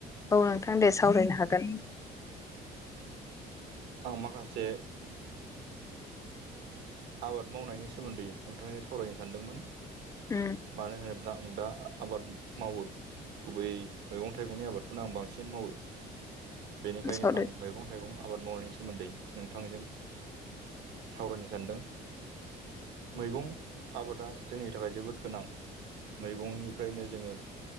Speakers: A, on the left; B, on the right.
A: औ नोंथां दे सावरायनो हागोन
B: आं माखासे आबाद मावनायनि सोमोन्दै नोंथांजों सावरायनो सानदोंमोन
A: उ
B: मानो होनोब्ला आं दा आबाद मावो गुबै मैगं-थाइगंनि आबादखौनो आं बांसिन मावो बेनिखायनो
A: सावराय
B: आं मैगं-थाइ थाइगं आबाद मावनायनि सोमोन्दै नोंथांजों सावरायनो सानदों मैगं आबादा जोंनि थाखाय जोबोद गोनां मैगंनिफ्रायनो जोङो